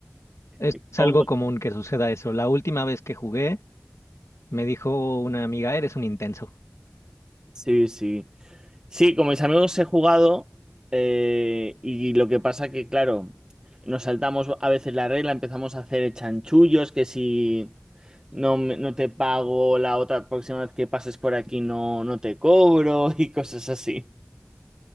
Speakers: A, on the left (about 80°); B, on the right (about 15°).
A: Es
B: Me pongo-
A: algo común que suceda eso. La última vez que jugué, me dijo una amiga, eres un intenso.
B: Sí, sí. Sí, con mis amigos he jugado eh, y lo que pasa que, claro, nos saltamos a veces la regla, empezamos a hacer chanchullos, que si... no, me- no te pago la otra próxima vez que pases por aquí, no, no te cobro <laughs> y cosas así,